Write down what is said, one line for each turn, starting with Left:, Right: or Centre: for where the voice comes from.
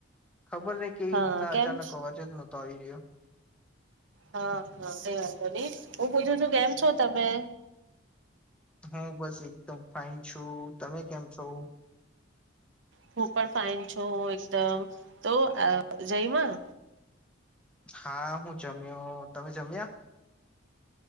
Centre: ખબર નહ કે એવી
Right: હા
Centre: રીતના અચાનક
Right: કેમ
Centre: અવાજ જ ન તઈ રહ્યો.
Right: હા હા કઈ વાંધો નહી હું પૂછું છું કેમ છો તમે.
Centre: હું બસ એકદમ ફાઈન છું તમે કેમ છો.
Right: હું પણ ફાાઈન છું એકદમ તો જયમાં.
Centre: હા હું જમ્યો તમે જમ્યા.